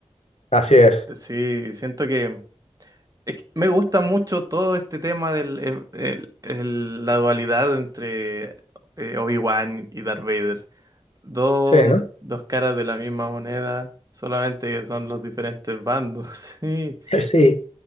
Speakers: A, on the left; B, on the right.
A: así es,
B: Sí, siento que Es que me gusta mucho todo este tema del em- el- el- la dualidad entre eh, Obi-Wan y Darth Vader. Dos,
A: sí, ¿no?
B: dos caras de la misma moneda, solamente que son los diferentes bandos. <laughs> Sí,
A: <laughs> Sí.